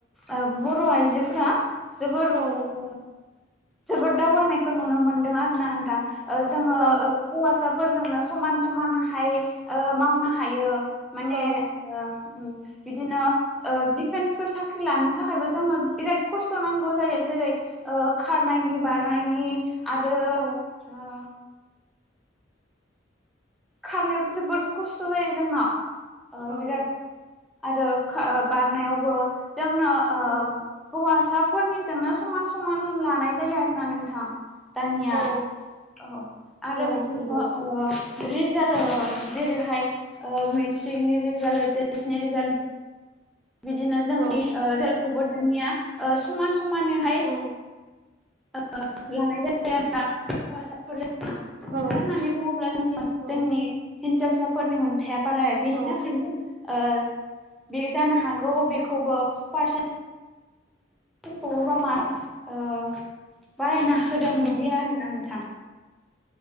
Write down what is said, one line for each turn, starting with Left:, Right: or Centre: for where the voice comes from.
Centre: ओ बर' आइजोफोरा जोबोर
Right: औ
Centre: ओ जोबोर दावगानायखौ नुनो मोनदों आरो ना नोंथां। ओ जोङो
Right: औ
Centre: ओ हौवासाफोरजोंनो समान समानहाय ओ मावनो हायो माने
Right: औ
Centre: ओ ओ बिदिनो ओ डिफेनसफोर साख ख्रि लानो थाखायबो जोङो बिराद खस्थ' नांगौ जायो जेरै ओ खारनायनि बारनायनि आरो
Right: औ
Centre: ओ खारनायावथ' जोबोद खस्थ' जायो जोंहा ओ
Right: औ
Centre: बिराद आरो खा बारनायावबो जोंनो ओ
Right: औ
Centre: हौवासा फोरनिजोंनो समान समान लानाय जायो आरोना नोंथां। दानिया
Right: औ
Centre: औ आरो
Right: औ
Centre: बिदिनो
Right: नंगौ
Centre: ओ रिजाल्ट जेरैहाय मेट्रिकनि रिजाल्ट एइस एस नि रिजाल्ट बिदिनो जोंनि
Right: औ
Centre: ओ रेलखौबो दानिया समान समानैहाय
Right: औ
Centre: ओ लानाय जाबाय आरो ना हौवासाफोरजों <unintelligible>
Right: औ
Centre: मानो होननानै बुङोब्ला जोंनि
Right: औ
Centre: जोंनि हिनजावसाफोरनि मो मोनथाया बाराया बेनि
Right: औ
Centre: थाखायनो ओ बे जानो हागौ बेखौबो पारसेन फोरखौबा मार्क ओ बारायना होदों
Right: औ
Centre: बिदि आरोना नोंथां